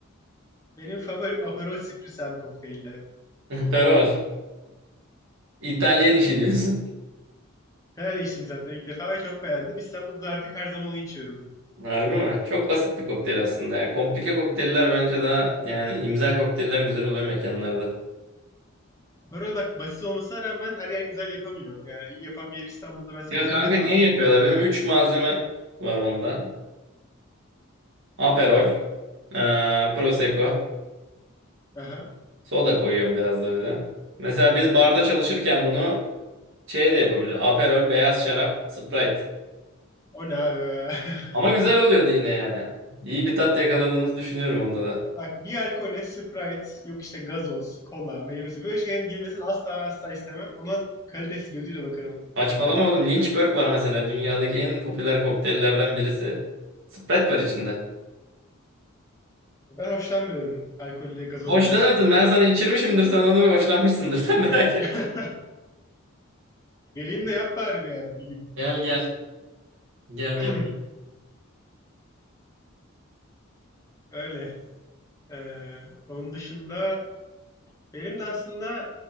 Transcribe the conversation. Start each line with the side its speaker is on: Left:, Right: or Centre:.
Left: Benim favorim Aperol Spritz abi kokteylde.
Right: <laughs> Perol. İtalyan işi diyorsun.
Left: İtalya'da içtim zaten ilk defa ve çok beğendim. İstanbul'da da artık her zaman onu içiyorum.
Right: Harbi mi? Çok basit bir kokteyl aslında. ya. Komplike kokteyller bence daha yani imza kokteyller güzel oluyor mekanlarda.
Left: Aperol bak basit olmasına rağmen her yer güzel yapamıyor. Yani iyi yapan bir yer İstanbul'da ben sadece
Right: Ya kanka
Left: bir defa.
Right: niye yapıyorlar? Benim 3 malzeme var onda. Aperol, eee, Prosecco,
Left: Aha.
Right: soda koyuyorum biraz da bir de. Mesela biz barda çalışırken bunu şey de yapabiliyoruz. Aperol, beyaz şarap, Sprite.
Left: O ne abi ya? <laughs>
Right: Ama güzel oluyordu yine yani. İyi bir tat yakaladığımızı düşünüyorum onda da.
Left: Bak bir alkole Sprite, yok işte gazoz, kola, meyvesi böyle şeylerin girmesini asla ve asla istemem. Ona kalitesiz gözüyle bakarım o kokteyle
Right: Saçmalama
Left: ben.
Right: oğlum. Lynchburg var mesela. Dünyadaki en popüler kokteyllerden birisi. Sprite var içinde.
Left: Ben hoşlanmıyorum alkolle gazoz
Right: Hoşlanırsın.
Left: birleşiminden.
Right: Ben sana içirmişimdir. Sen onu hoşlanmışsındır. <laughs> Sen merak etme.
Left: <laughs> Geleyim de yap bari bir ara bir gün.
Right: Gel gel. Gel yap.
Left: <clears throat> <laughs> Öyle. Ee, onun dışında Benim de aslında